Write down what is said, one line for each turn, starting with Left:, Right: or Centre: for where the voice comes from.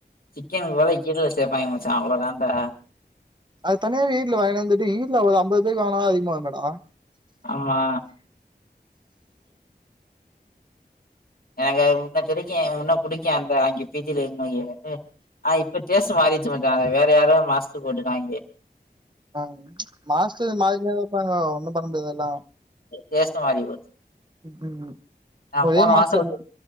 Left: சிக்கனு பதுல ஈரல் சேப்பாய்ங்க மச்சா அவ்ளோ தான்டா
Right: அது தனியாவே ஈர்லு வாங்கினந்துட்டு ஈர்ல ஒரு ஐம்பது பேருக்கு வாங்கனா அதிகமாக வருமே டா
Left: ஆமா எனக்கு அது முன்ன தெடிக்கு முன்ன புடிக்கு அந்த அங்க பி ஜில இருந்வையி ஆன இப்ப டேஸ்ட் மாரி சு மச்சா வேற யாரோ மாஸ்ட்ரு போட்டுட்டாங்க
Right: ஆ மாஸ்டர் மாரிக்னேதா இருப்பாங்க ஒன்னு பண்ண முடியாது அதெல்லா
Left: டேஸ்டு மாரி போச்சு
Right: ம் ம்
Left: நா
Right: ஒரே
Left: மூணு
Right: மாஸ்டர்
Left: மாசோ கழிச்சு